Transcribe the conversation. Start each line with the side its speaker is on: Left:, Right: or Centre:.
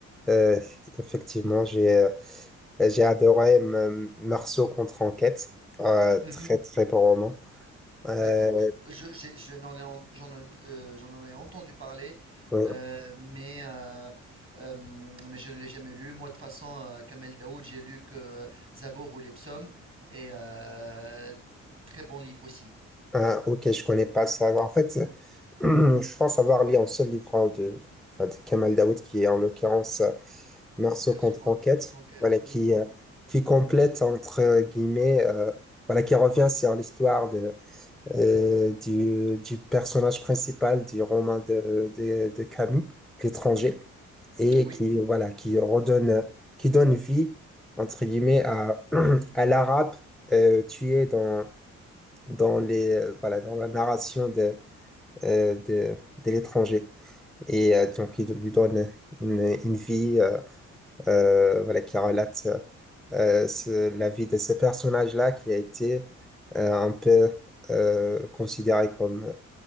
Centre: Euh, effectivement, j'ai euh, j'ai adoré M- Meursault contre Enquête. Euh,
Right: mhm,
Centre: très très bon roman. Euh,
Right: d'accord. Je, je- je n'en ai, en- j'en en- euh, j'en en ai entendu parler,
Centre: euh,
Right: euh, mais, euh, euh, mais je ne l'ai jamais lu. Moi, de toute façon, euh, Kamel Daoud, j'ai lu que Zabor ou les psaumes, et euh, très bon livre aussi.
Centre: ah, ok, je connais pas ça. En fait, euh, <clears throat> je pense avoir lu un seul livre hein, de, enfin, de Kamal Daoud qui est en l'occurrence euh, Meursault
Right: Merci
Centre: contre
Right: contre
Centre: Enquête.
Right: enquête.
Centre: Voilà qui
Right: Mm,
Centre: euh, qui complète entre guillemets. euh, Voilà, qui revient sur l'histoire de, euh, du, du personnage principal du roman de, de, de Camus, L'étranger.
Right: mm.
Centre: et
Right: Oui,
Centre: qui, voilà, qui redonne, qui donne vie, entre guillemets, à, <clears throat> à l'arabe euh, tué dans, dans les, euh, voilà, dans la narration de, euh, de, de l'étranger. Et euh, donc, il lui donne une, une vie euh, euh, voilà, qui relate euh, ce- la vie de ce personnage-là qui a été euh, un peu euh, considéré comme